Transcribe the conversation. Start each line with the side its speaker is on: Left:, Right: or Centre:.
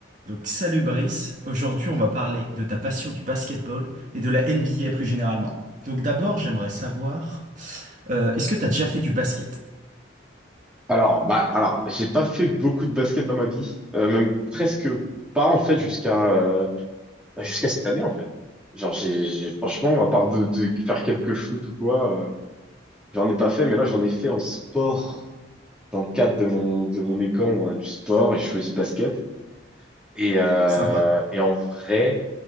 Right: Donc salut Brice, aujourd'hui on va parler de ta passion du basketball et de la NBA plus généralement. Donc d'abord j'aimerais savoir, euh, est-ce que t'as déjà fait du basket?
Centre: Alors, bah, alors, j'ai pas fait beaucoup de basket dans ma vie, euh, même presque pas en fait jusqu'à euh, bah, jusqu'à cette année en fait. Genre, j'ai, j'ai- franchement, à part de, de faire quelques shoots ou quoi, euh, j'en ai pas fait. Mais là, j'en ai fait en sport dans le cadre de mon de mon école, on a du sport et je choisis basket. Et euh,
Right: Sympa.
Centre: et en vrai,